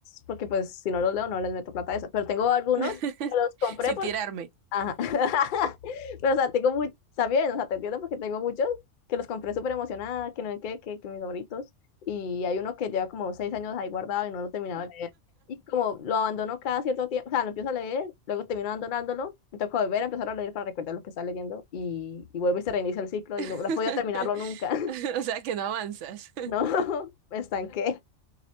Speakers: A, on the left; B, on the right.
A: porque pues si no los leo no les meto plata a eso, pero tengo algunos
B: <laughs>
A: que los compré
B: sin
A: por...
B: tirarme.
A: Ajá. <laughs> Pero o sea, tengo muy... Está bien, o sea, te entiendo porque tengo muchos que los compré súper emocionada, que no sé qué, que, que mis favoritos. Y hay uno que lleva como seis años ahí guardado y no lo he terminado de leer. Y como lo abandono cada cierto tiempo, o sea, lo empiezo a leer, luego termino abandonándolo, me toca volver a empezar a leer para recordar lo que está leyendo y, y vuelvo y se reinicia el ciclo
B: <laughs>
A: y no, no he podido terminarlo nunca,
B: O sea que no avanzas.
A: <laughs>
B: <laughs>
A: ¿no? <laughs> Me estanqué.